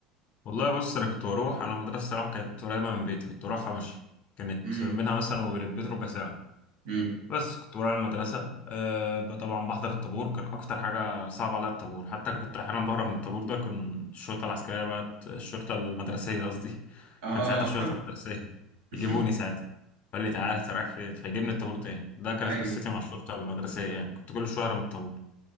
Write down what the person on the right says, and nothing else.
امم
امم
اه
<laughs>
ايوه